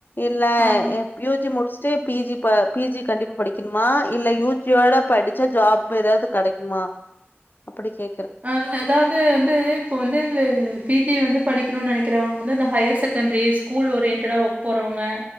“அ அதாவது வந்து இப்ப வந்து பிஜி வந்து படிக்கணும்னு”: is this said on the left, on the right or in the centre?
Right